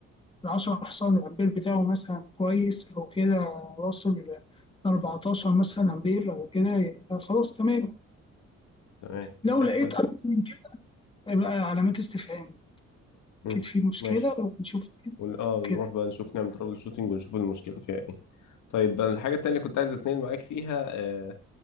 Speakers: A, on the left (about 15°); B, on the left (about 80°).
A: ال 10 حصان الأمبير بتاعه مثلا كويس أو كده واصل ل 14 مثلا أمبير أو كده يبقى خلاص تمام
B: تمام
A: لو
B: زي
A: لقيت
B: الفل
A: اكتر من كده يبقى علامات استفهام
B: مم.
A: اكيد في مشكله
B: ماشي
A: ونشوف
B: وال- اه
A: كده
B: نروح بقى نشوف نعمل ترابل شوتنج ونشوف المشكلة فيها ايه طيب أنا الحاجة التانية اللي كنت عايز اتنين معاك فيها آه